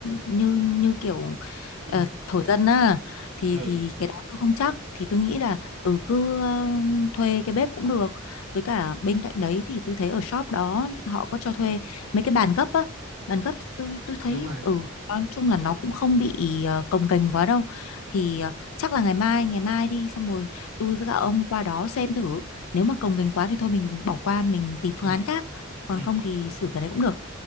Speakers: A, on the left (about 80°); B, on the right (about 70°).
A: như như kiểu
B: ừ,
A: ờ, thổ dân á thì
B: ừ
A: thì cái đó tôi không chắc thì tôi nghĩ là ừ cứ ờ, thuê cái bếp cũng được với cả bên cạnh đấy thì tôi thấy ở shop đó họ có cho thuê mấy cái bàn gấp á bàn gấp thì tôi tôi thấy
B: đúng rồi
A: ừ nói chung là nó cũng không bị ờ, cồng kềnh quá đâu thì ờ, chắc là ngày mai ngày mai đi xong rồi tôi với cả ông qua đó xem thử nếu mà cồng kềnh quá thì thôi mình bỏ qua mình tìm
B: ừ
A: phương án khác còn
B: ừ
A: không thì xử cái đấy cũng được